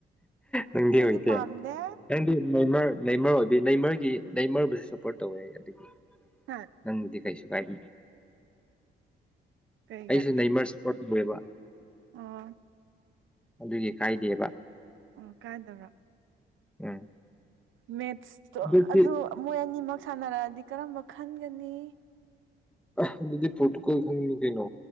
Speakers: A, in the centre; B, on the right (about 75°).
A: ꯅꯪꯗꯤ
B: ꯑꯩꯗꯤ
A: ꯑꯣꯏꯗꯦ
B: ꯄꯥꯝꯗꯦ
A: ꯅꯪꯗꯤ ꯅꯦꯃꯔ ꯅꯦꯃ꯭ꯔ ꯑꯣꯏꯕꯤ ꯅꯦꯃ꯭ꯔꯌꯒꯤ ꯅꯦꯃ꯭ꯔꯌꯕꯨꯁꯨ ꯁꯞꯄꯣꯔꯠ ꯇꯧꯏ ꯑꯗꯨꯗꯒꯤ
B: ꯍꯥ
A: ꯅꯪꯗꯤ ꯀꯩꯁꯨ ꯀꯥꯏꯗꯦ
B: ꯀꯩꯒꯤ
A: ꯑꯩꯁꯨ ꯅꯩꯃ꯭ꯔ ꯁꯄꯣꯔꯠ ꯇꯧꯏꯕ
B: ꯑꯣ
A: ꯑꯗꯨꯒꯤ ꯈꯥꯏꯗꯦꯕ
B: ꯑꯣ ꯀꯥꯏꯗꯕꯔ
A: ꯎꯝ
B: ꯃꯦꯠꯁꯇꯣ
A: ꯑꯗꯨꯗꯤ
B: ꯑꯗꯨ ꯃꯣꯏ ꯑꯅꯤꯃꯛ ꯁꯥꯟꯅꯔꯛꯑꯗꯤ ꯀꯔꯝꯕ ꯈꯟꯒꯅꯤ
A: ꯑꯥ ꯑꯗꯨꯗꯤ ꯄꯣꯔ꯭ꯇꯨꯒꯜꯥ ꯈꯪꯅꯤ ꯀꯩꯅꯣ